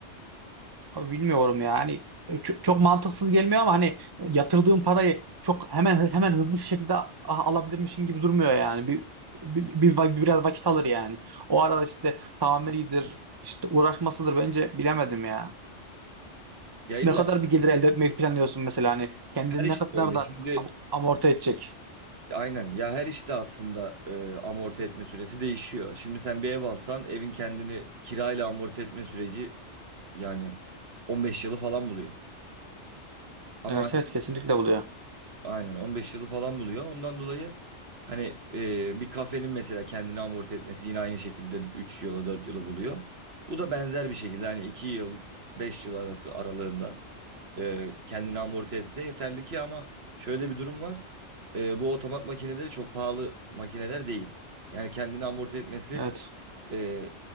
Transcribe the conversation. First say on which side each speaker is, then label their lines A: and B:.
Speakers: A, on the right (about 30°); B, on the right (about 60°).
A: Abi bilmiyorum ya. Hani çok, çok mantıksız gelmiyor ama hani yatırdığın parayı çok hemen hemen hızlı şekilde a- alabilirmişin gibi durmuyor yani. Bir, bir, bir- bir- biraz vakit alır yani. O arada işte tamiridir, işte uğraşmasıdır bence bilemedim ya.
B: Ya illa
A: Ne kadar bir gelir elde etmeyi planlıyorsun mesela hani kendini
B: her iş
A: ne kadar
B: böyle.
A: da
B: Şimdi
A: am- amorti edecek.
B: aynen ya her işte aslında e, amorti etme süresi değişiyor. Şimdi sen bir ev alsan evin kendini kirayla amorti etme süreci yani 15 yılı falan buluyor. Ama
A: Evet evet kesinlikle buluyor.
B: Aynen 15 yılı falan buluyor. Ondan dolayı hani e, bir kafenin mesela kendini amorti etmesi yine aynı şekilde 3 yıla 4 yıla buluyor. Bu da benzer bir şekilde hani 2 yıl 5 yıl arası aralığında e, kendini amorti etse yeterli ki ama şöyle bir durum var. E, bu otomat makineleri çok pahalı makineler değil. Yani kendini amorti etmesi
A: Evet.
B: e,